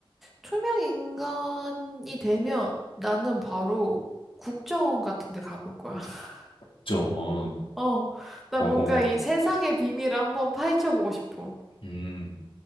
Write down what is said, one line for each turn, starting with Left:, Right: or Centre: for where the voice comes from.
Centre: 투명 인간이 되면 나는 바로 국정원 같은 데 가볼 거야. <laughs>
Left: 국정원.
Centre: 어. 난
Left: 어허.
Centre: 뭔가 이 세상의 비밀을 한번 파헤쳐 보고 싶어.
Left: 음.